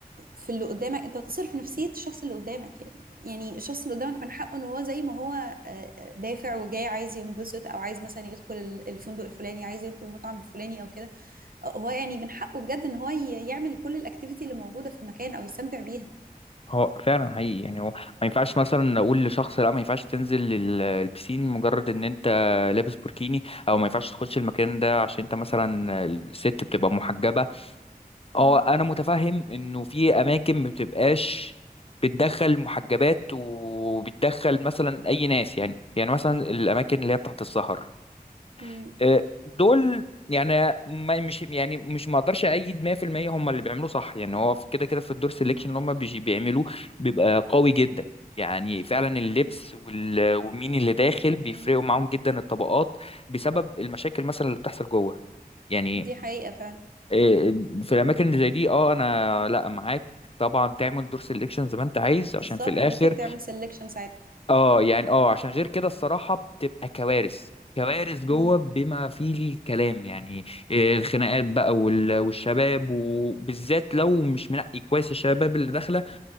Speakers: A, on the right (about 70°); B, on the left (about 40°).
A: في اللي قدامك انت بتأثر في نفسية الشخص اللي قدامك يعني يعني الشخص اللي قدامك من حقه ان هو زي ما هو آه، آه، دافع وجاي عايز ينبسط او عايز مثلا يدخل ال- الفندق الفلاني عايز يدخل المطعم الفلاني او كده آه، هو يعني من حقه بجد ان هو ي- يعمل كل الاكتيفيتي اللي موجودة في المكان او يستمتع بيها
B: هو فعلا حقيقي يعني هو ما ينفعش مثلا نقول لشخص لا ما ينفعش تنزل لل- البسين مجرد ان انت لابس بوركيني او ما ينفعش تخش المكان ده عشان انت مثلا الست بتبقى محجبة اه
A: مم.
B: انا متفهم انه في اماكن ما بتبقاش بتدخل محجبات وبتدخل مثلا اي ناس يعني يعني مثلا الاماكن اللي هي بتاعت السهر
A: مم.
B: آه، دول يعني ما مش يعني مش ما اقدرش ايد 100% هم اللي بيعملوه صح يعني هو في- كده كده في الدور سيلكشن اللي هم بيجي- بيعملوه بيبقى قوي جدا يعني فعلا اللبس وال- ومين اللي داخل
A: مم.
B: بيفرقوا معاهم جدا الطبقات بسبب المشاكل مثلا اللي بتحصل جوه يعني
A: دي حقيقة فعلا
B: آه، في الاماكن اللي زي دي اه انا لا معاك طبعا تعمل دور سيلكشن زي ما انت عايز
A: بالظبط
B: عشان في الاخر
A: ممكن تعمل سelection ساعتها
B: اه يعني اه عشان غير كده الصراحة بتبقى كوارث كوارث جوه
A: مم.
B: بما فيه الكلام يعني إيه، الخناقات بقى وال- والشباب وبالذات لو مش منقي كويس الشباب اللي داخلة